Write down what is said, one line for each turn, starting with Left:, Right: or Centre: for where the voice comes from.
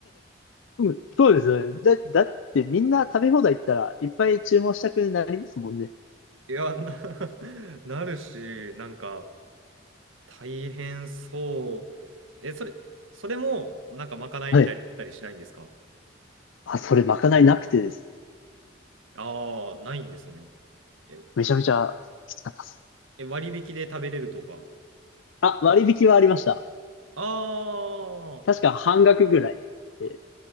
Left: うんそうですよね。だ、だってみんな食べ放題行ったらいっぱい注文したくなりますもんね。
Right: いや、な、<laughs> なるし、なんか、大変そう。え、それ、それも、なんかまかないみたいになの出たりしないんですか
Left: はいあ、それまかないなくてですね。
Right: ああ、ないんですね。え、
Left: めちゃめちゃきつかったです。
Right: え、割引で食べれるとか。
Left: あ、割引はありました。
Right: ああ、
Left: 確か半額ぐらいで。